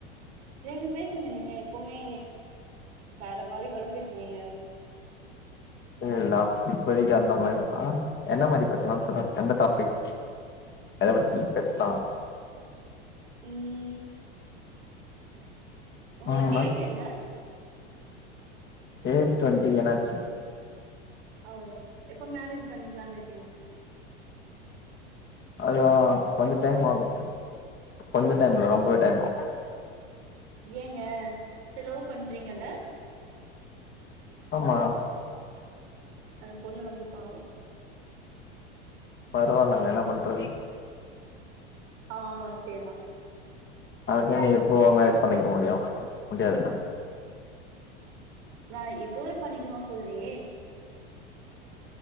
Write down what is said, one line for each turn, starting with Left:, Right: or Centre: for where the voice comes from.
Right: நீங்க பேசுங்க நீங்க எப்புமே வேற மாரி கூட பேசுவீங்க
Left: இல்ல இப்பதிக்கு அந்த மாரி ஆ என்ன மாரி பேசலானு சொல் எந்த டாப்பிக் அத பத்தி பேசலா
Right: ம் உங்க
Left: ம்
Right: ஏஜ் என்ன
Left: எய்ட் டொண்டி என்னாச்சி
Right: ஓ எப்போ மேரேஜ் பண்ணிக்கலான் இருகிங்
Left: அதுவா கொஞ்ச டைம் ஆகு கொஞ்ச டைம் இல்ல ரொம்பவே டைம் ஆகு
Right: ஏங்க செ லவ் பண்றீங்கல்ல
Left: ஆமா
Right: அந்த பொண்ணு ரொம்ப பாவோ
Left: பரவாயில்லங்க என்ன பண்றது
Right: ஆ சேதா
Left: அதுக்க நீ எப்ப மேரேஜ் பண்ணிக்க முடியு முடியாது
Right: நா எப்பவே பண்ணிக்கனு சொல்லியே